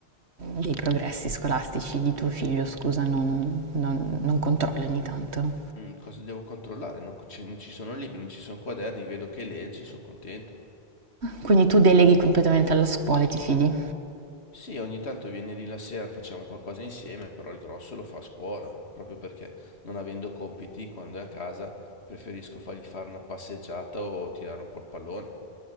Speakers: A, on the right; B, on the left.
A: dei progressi scolastici di tuo figlio, scusa, non, non- non controlli ogni tanto.
B: Mm, cosa devo controllare? Non, c'è- non ci sono libri, non ci sono quaderni, vedo che legge, sono contento.
A: Quindi tu deleghi completamente alla scuola e ti fidi.
B: Sì, ogni tanto viene lì la sera, facciamo qualcosa insieme, però il grosso lo fa a scuola, proprio perché non avendo compiti, quando è a casa, preferisco fargli fare una passeggiata o tirare un po' il pallone.